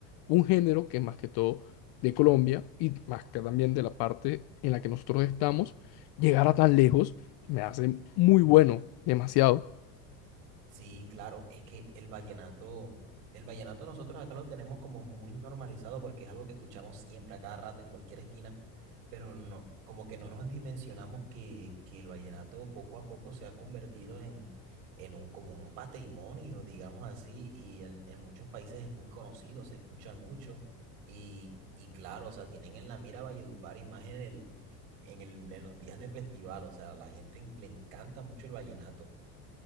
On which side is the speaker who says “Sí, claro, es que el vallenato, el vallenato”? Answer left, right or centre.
Right